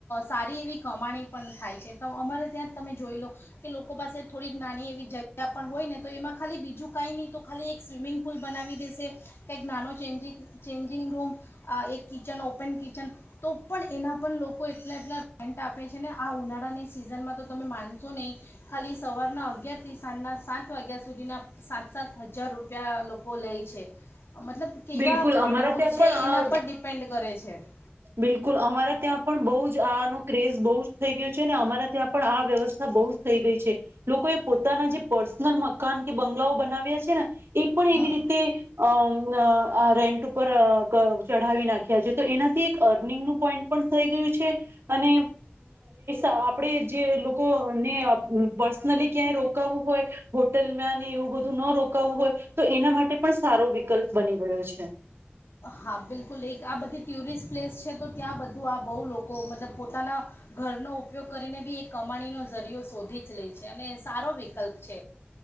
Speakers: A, on the left; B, on the right.
A: સારી એવી કમાણી પણ થાય છે તો અમારે ત્યાં જ તમે જોઈ લો કે લોકો પાસે થોડીક નાની એવી જગ્યા પણ હોય ને તો એમાં ખાલી બીજું કાંઈ નહીં તો ખાલી એક સ્વિમિંગ પુલ બનાવી દેશે કાંઈક નાનો ચેન્જિ ચેન્જિંગ રૂમ એક કિચન ઓપન કિચન તો પણ એના પણ લોકો એટલા એટલા પેન્ટ આપે છે ને આ ઉનાળાની સિઝનમાં તો તમે માનશો નહીં ખાલી સવારના અગિયારથી સાંજના સાત વાગ્યા સુધીના સાત સાત હજાર રૂપિયા લોકો લે છે મતલબ કેવા
B: બિલકુલ
A: ફાર્મ
B: અમારા
A: હાઉસ
B: ત્યાં
A: છે
B: પણ
A: એના
B: આ
A: પર ડિપેન્ડ કરે છે છેઠ
B: બિલકુલ અમારા ત્યાં પણ બહ જ આનું ક્રેઝ બહુ જ થઈ ગયું છે ને અમારા ત્યાં પણ આ વ્યવસ્થા બહુ જ થઈ ગઈ છે લોકોએ પોતાના જે પર્સનલ મકાન કે બંગલાઓ બનાવ્યા છે ને એ પણ
A: હમ
B: એવી રીતે અ આ રેન્ટ ઉપર ચઢાવી નાખ્યા છે તો એના િંગ પોઈન્ટ થ ગયું છે અને આપણે જે લોકોને પર્સનલી ક્યાંય રોકું હોય હોટેલ મે એવું બધું ન રોકાવવું હોય તો એના માટે પણ સારો વિકલ્પ બની ગયો છે
A: હા બિલકુલ એક આ બધી ટ્યુિસ્ટ પ્લેસ છે તો ત્યાં બધા બધું આ બહુ લોકો મતલબ પોતાના ઘરનો ઉપયોગ કરીને બી એ કમાણીનો જરીિયો શોધી જ લે છે અને સારો વિકલ્પ છે